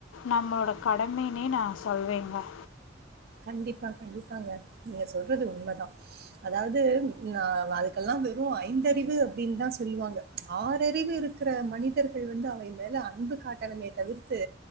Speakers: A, on the left (about 85°); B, on the right (about 55°).
A: நம்மளோட கடமைனே நா சொல்வேங்க
B: கண்டிப்பா கண்டிப்பாங்க நீங்க சொல்றது உண்மதா அதாவது ந வா எல்லா வெறு ஐந்தறிவு அப்டின்னு தா சொல்லுவாங்க ஆறறிவு இருக்கிற மனிதர்கள் வந்து அவை மேல அன்பு காட்டணமே தவிர்த்து